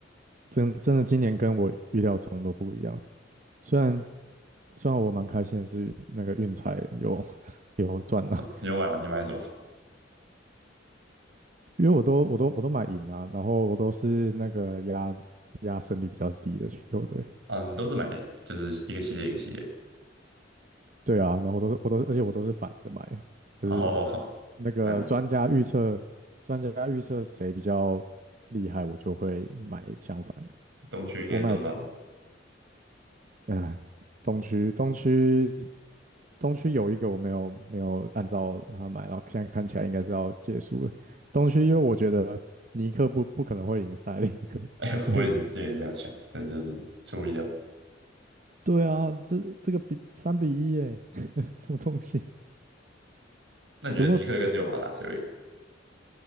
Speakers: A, on the right; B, on the right.
A: 真真的今年跟我预料中都不一样。虽然虽然我蛮开心的是那个运彩有 <laughs> 有赚了，
B: 你有买吗？你买什么？
A: 因为我都我都我都买赢啊，然后我都是那个压压胜率比较低的球队。
B: 啊，你都是买就是一个系列一个系列。
A: 对啊，然后我都是我都是而且我都是反着买的就是
B: 哦，<laughs>
A: 那个专家预测专家预测谁比较厉害，
B: 那你
A: 我就会买相反的。
B: 东区应该赚烂了。
A: 我买
B: <laughs>
A: 呃，东区东区东区有一个我没有没有按照他买，然后现在看起来应该是要结束了。东区因为我觉得尼克不不可能会赢塞利克，
B: 哎，
A: 所以
B: 我也是之前这样想，但是就是出乎意料。
A: <laughs> 对啊，这这个比三比一耶，<laughs> 什么东西？
B: 那你觉得尼克跟六马打谁会赢？
A: 只不过